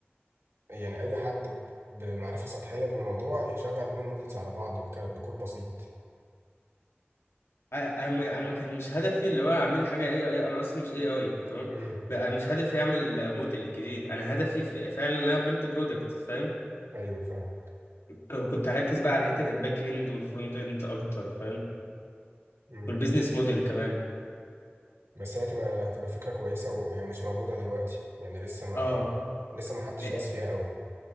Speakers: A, on the right; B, on the left.
A: يعني اي حد ب- بمعرفة سطحية بالموضوع يشغل اتنين مودلز على بعض بك- بكود بسيط
B: انا ما- انا ما كان مش هدفي اللي هو اعمل حاجه اي اي انا اصلا مش اي اي تمام
A: امم
B: ب- انا مش هدفي اعمل موديل جديد انا هدفي ف- فعلا ان انا بيلد برودكت فاهم
A: ايوه فاهم
B: فكنت هركز بقى على حته الباك اند والفرونت اند اكتر فاهم
A: امم
B: والبيزنس موديل كمان
A: بس هي هتبقى هتبقى فكرة كويسة وهي مش موجودة دلوقتي يعني لسه ما
B: اه
A: لسه ما حدش
B: إيه،
A: داس فيها قوي